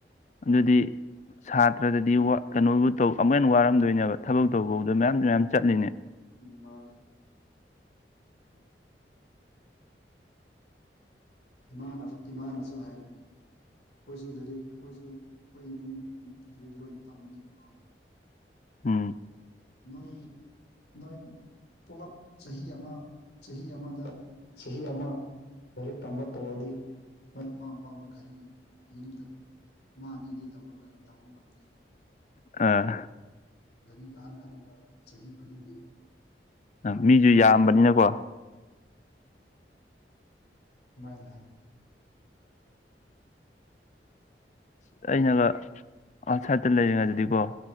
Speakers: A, on the left; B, on the left.
A: ꯑꯗꯨꯗꯤ ꯁꯥꯇ꯭ꯔꯗꯗꯤ ꯀꯩꯅꯣꯕꯨ ꯇꯧ ꯑꯃꯨꯛ ꯍꯟꯅ ꯋꯥꯔꯝꯗꯣꯏꯅꯦꯕ ꯊꯕꯛ ꯇꯧꯕꯥꯎꯗ ꯃꯌꯥꯝꯁꯨ ꯃꯌꯥꯝ ꯆꯠꯂꯤꯅꯦ
B: ꯃꯔꯔ ꯏꯃꯥ ꯏꯃꯥꯅꯁꯨ ꯍꯥꯏꯕꯅꯤ ꯑꯩꯈꯣꯏꯁꯨ ꯂꯥꯏꯔꯤꯛ ꯑꯩꯈꯣꯏꯁꯨ ꯑꯩꯈꯣꯏ ꯏꯃꯨꯡ ꯂꯥꯏꯔꯤꯛ ꯂꯣꯏ ꯇꯝꯕꯅꯤꯅꯀꯣ
A: ꯎꯝ
B: ꯅꯣꯏ ꯅꯣꯏ ꯄꯨꯂꯞ ꯆꯍꯤ ꯑꯃ ꯆꯍꯤ ꯑꯃꯗ ꯆꯍꯤ ꯑꯃ ꯒꯥꯔꯤꯛ ꯇꯝꯕ ꯇꯣꯛꯑꯗꯤ ꯃꯣꯏ ꯑꯄꯥꯝ ꯑꯄꯥꯝꯕ ꯘꯔꯤ ꯌꯨꯝꯗ ꯃꯥ ꯑꯅꯤꯗꯤ ꯂꯧꯔꯒ ꯂꯧꯕ ꯉꯝꯅꯤ ꯍꯥꯏ
A: ꯑꯥ
B: ꯒꯥꯔꯤ ꯑꯍꯜ ꯑꯍꯟꯥꯟꯕ ꯆꯍꯤ ꯈꯨꯗꯤꯡꯒꯤ
A: ꯑ
B: ꯂꯧ
A: ꯃꯤꯁꯨ
B: ꯂꯧꯔꯒ
A: ꯌꯥꯝꯕꯅꯤꯅꯀꯣ
B: ꯃ ꯍꯥꯏꯥꯏ
A: ꯑꯁ ꯑꯩꯅꯒ ꯑꯥꯎꯠꯁꯥꯏꯗꯠꯇ ꯂꯩꯔꯤꯉꯩꯗꯗꯤꯀꯣ